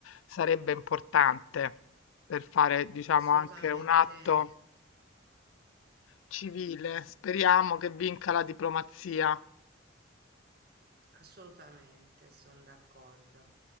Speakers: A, on the left (about 80°); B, on the right (about 50°).
A: sarebbe importante per fare, diciamo,
B: Assolutamente.
A: anche un atto civile. Speriamo che vinca la diplomazia.
B: Assolutamente, sono d'accordo.